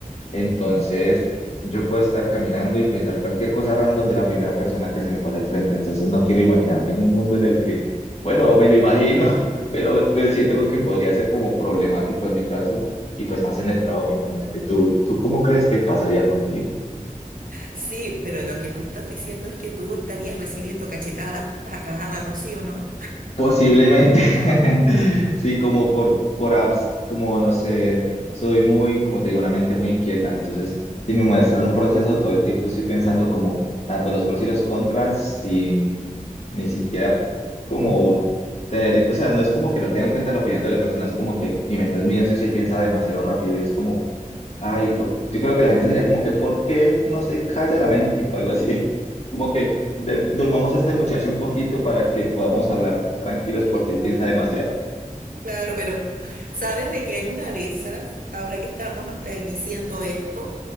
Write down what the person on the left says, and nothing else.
Entonces,
yo puedo estar caminando y pensar cualquier cosa random de la primera persona que se me pase al frente. Entonces, no quiero imaginarme en un mundo en el que, bueno, me lo imagino, <laughs> pero me siento algo que podría ser como problemático en mi caso. Y pues más en el trabajo, imagínate, ¿tú, tú cómo crees que pasaría contigo?
Posiblemente, <laughs> sí, como por, por, abs- como no sé, soy muy, como te digo, una mente muy inquieta, entonces si me muestran un proceso, todo el tiempo estoy pensando como tanto los pros y los contras, sin ni siquiera como tener, o sea, no es como que no tengan en cuenta la opinión de la persona, es como que mi mente es muy ansiosa y piensa demasiado rápido y es como, Ay, por- yo creo que la gente sería como que, ¿por qué no se calla la mente? O algo así. <laughs> Como que de- durmamos a este muchacho un poquito para que podamos hablar tranquilos porque
él piensa demasiado.